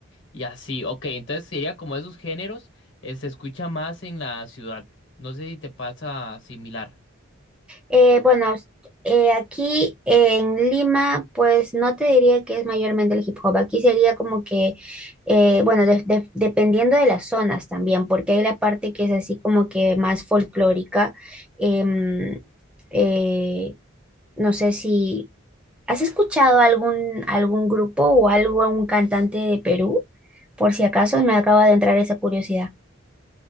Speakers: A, on the left; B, in the centre.
A: y así, ok, entonces sería como esos géneros, eh, se escucha más en la ciudad, no sé si te pasa similar.
B: Eh, bueno, s- eh, aquí en Lima, pues no te diría que es mayormente el hip hop. Aquí sería como que, eh, bueno, de- de- dependiendo de las zonas también, porque hay la parte que es así como que más folclórica. Em, eh, no sé si has escuchado algún, algún grupo o algo, un cantante de Perú, por si acaso me acaba de entrar esa curiosidad.